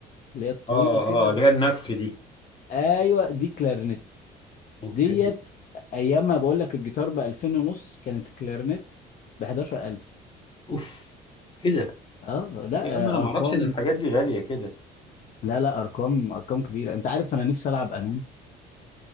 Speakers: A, on the left (about 50°); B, on the left (about 30°).
A: اللي هي الطويله
B: اه
A: كده
B: اه اللي
A: و...
B: هي النفخ دي
A: ايوه دي كلارينيت
B: اوكي
A: ديت ايام ما بقول لك الجيتار ب 2000 ونص كانت الكلارنت ب 11000
B: اوف ايه ده
A: اه لا
B: يا عم انا ما
A: آه، ارقام
B: اعرفش ان الحاجات دي غالية كده
A: لا لا ارقام ارقام كبيره انت عارف انا نفسي العب قانون